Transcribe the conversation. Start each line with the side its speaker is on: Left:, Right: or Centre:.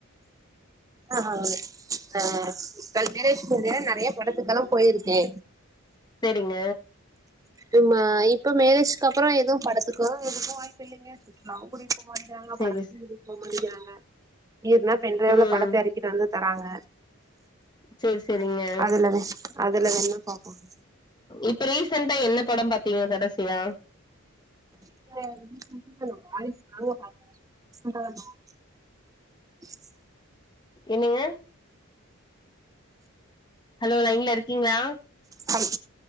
Right: ஆ ஆ கல் மேரேஜ் முன்னாடி நறைய படத்துக்கெல்லா போயிருக்கே
Left: செரிங்க.
Right: ஆமா இப்ப மேரேஜ்க்கு அப்பறொ எதுவு படத்துக்கோ எதுக்கு வாய்ப்பு இல்லிங்க. ணாவு கூட்டிட்டு போ மாட்டிகிறாங்க
Left: செரி
Right: படத்துக்கு கூட்டிட்டு போ மாட்டிகிறாங்க ஏத்னா பென்ட்ரைவ்ல
Left: ம்
Right: படத்த எத்துட் வந்து தராங்க
Left: செரி செரிங்க
Right: அதுல அதுல வேணா பாப்பாங்க.
Left: இப்ப ரீசன்டா என்ன படொ பாத்தீங்க கடைசியா
Right: இப்ப <unintelligible> வாரிசு தாங்க பாத்த சூப்பரா இந்துச்சி உஷ்..
Left: என்னங்க. ஹலோ லைன்ல இருக்கீங்ளா
Right: ஹல்